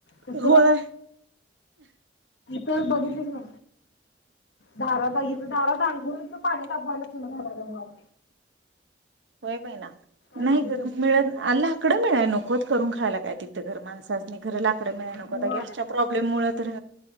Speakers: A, on the left; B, on the right.
A: कस?
B: होय
A: तर बघितलीस नव वारा तइत ते दारात अंघोळीच पाणी तापवायला चुल घालालोया.
B: होय पाहि ना
A: काय
B: नाही
A: सांगतेस
B: ग मिळेल अन लाकड मिळाय नकोत करून घा खायला काय तिथं घर माणसासनी खर लाकडं मिळाय नकोत.
A: होय
B: आता गॅसच्या प्रॉब्लेम मुळ तर